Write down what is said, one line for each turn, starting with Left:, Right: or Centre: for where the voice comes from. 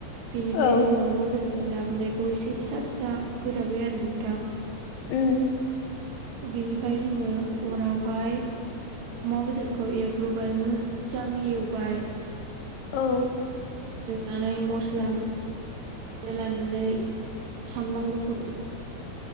Right: बिनिफ्राय
Left: औ
Right: जोङो अमा बेदर लाबोनायखौ एसे फिसा फिसा गोदाबाय आरो नोंथां।
Left: उम।
Right: बिनिफ्राय जोङो अरावहाय अमा बेदरखौ एवग्रोबाय मोजाङै एवबाय।
Left: औ।
Right: नानै मस्ला लानानै सामब्राम गुफुर